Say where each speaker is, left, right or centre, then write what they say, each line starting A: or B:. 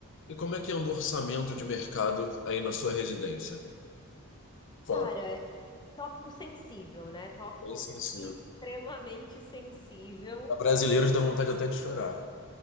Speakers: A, on the left (about 60°); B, on the left (about 20°).
A: E como é que anda o orçamento de mercado aí na sua residência? Fala
B: Cara, tópico sensível, né? Tópico
A: bem sensível.
B: extremamente sensível.
A: A brasileiros dá vontade até de chorar.